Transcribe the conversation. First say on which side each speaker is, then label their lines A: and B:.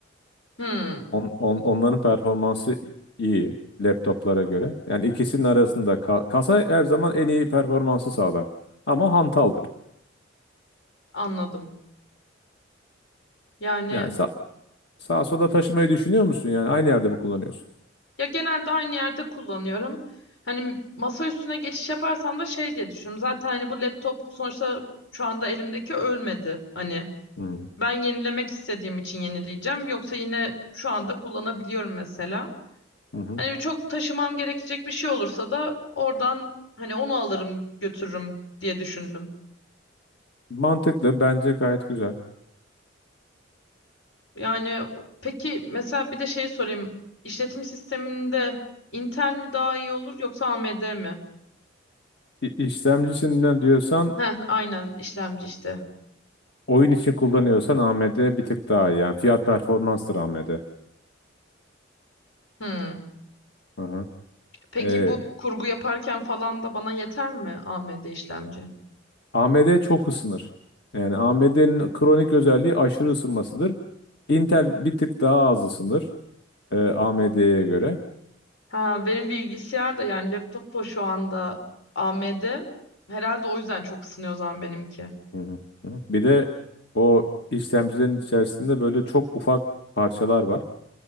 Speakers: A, on the left (about 75°); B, on the left (about 60°).
A: Hmm,
B: On, on- onların performansı iyi laptoplara göre. Yani ikisinin arasında ka- kasa her zaman en iyi performansı sağlar ama hantaldır.
A: anladım. Yani
B: Yani sa sağa sola taşımayı düşünüyor musun yani aynı yerde mi kullanıyorsun?
A: ya genelde aynı yerde kullanıyorum. Hani masa üstüne geçiş yaparsam da şey diye düşünüyorum. Zaten hani bu laptop sonuçta şu anda elimdeki ölmedi. Hani
B: Hmm,
A: ben yenilemek istediğim için yenileyeceğim. Yoksa yine şu anda kullanabiliyorum mesela.
B: Hı hı.
A: Hani çok taşımam gerekecek bir şey olursa da oradan hani onu alırım götürürüm diye düşündüm.
B: Mantıklı bence gayet güzel.
A: Yani peki mesela bir de şey sorayım. İşletim sisteminde Intel mi daha iyi olur yoksa AMD mi?
B: İ- İşlemcisinden diyorsan
A: Heh, aynen işlemci işte.
B: oyun için kullanıyorsan AMD bir tık daha iyi. Yani fiyat performanstır AMD.
A: Hmm.
B: Hı hı.
A: Peki
B: Ee,
A: bu kurgu yaparken falan da bana yeter mi AMD işlemci?
B: AMD çok ısınır. Yani AMD'nin kronik özelliği aşırı ısınmasıdır. Intel bir tık daha az ısınır e, AMD'ye göre.
A: Ha, benim bilgisayar da yani laptop da şu anda AMD. Herhalde o yüzden çok ısınıyor o zaman benimki.
B: Hı hı. Hı hı. Bir de o işlemcilerin içerisinde böyle çok ufak parçalar var.